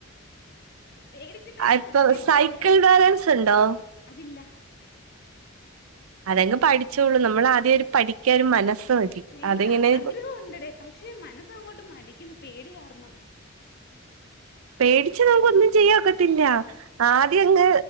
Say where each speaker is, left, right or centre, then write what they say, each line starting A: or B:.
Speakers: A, on the left; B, on the right.
A: പേടിച്ചിട്ടാ ഞാൻ
B: ഇപ്പൊ
A: സത്യത്തി
B: സൈക്കിൾ
A: ആയാലും
B: ബാലൻസ് ഉണ്ടോ
A: അതില്ല
B: അതെങ്ങ് പഠിച്ചോളു നമ്മൾ ആദ്യംര് പഠിക്കാ ഒരു മനസ്സ മതി
A: ഭയങ്കര
B: അതെങ്ങനെ
A: ആഗ്രഹം ഉണ്ടടേ പക്ഷേ മനസ്സങ്ങോട്ട് മടിക്കുന്ന പേട കാരണം
B: പേടച്ച് നമുക്ക് ഒന്നും ചെയ്യക്കത്തില്ല ആദ്യ അങ്